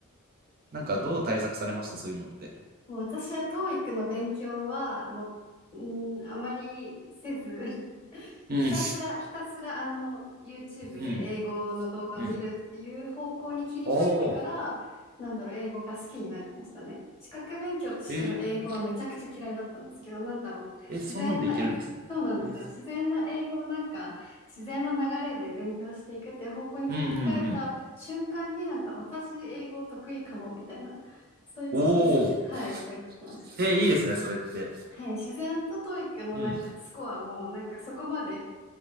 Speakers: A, on the right (about 40°); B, on the left (about 25°).
A: なんかどう対策されましたそういうのって。
B: もう私は TOEIC の勉強は、もう、うーん、あまりせず <laughs>
A: うん。
B: ひたすら、ひたすら、あの、YouTube
A: うん。
B: で英語の動画を見るっていう方向に切り替えてから、
A: うん。おー。
B: なんだろう、英語が好きになりましたね。資格勉強としての英語はめちゃくちゃ嫌いだったんですけど、
A: えー。
B: なんだろう、
A: え、
B: 自然な、
A: そんなんでいけるんですね。
B: え、そうなんですよ。
A: うん。
B: 自然な英語をなんか、自然な流れで勉強していくって方向に切り替えた瞬間になんか、
A: うんうんうん。
B: 私英語得意かも、みたいな。そういう自信が、
A: おー。
B: はい、湧いてきました。
A: え、いいですね、それって。
B: はい、自然とトイ e のなんかスコアも、
A: うん。
B: なんかそこまで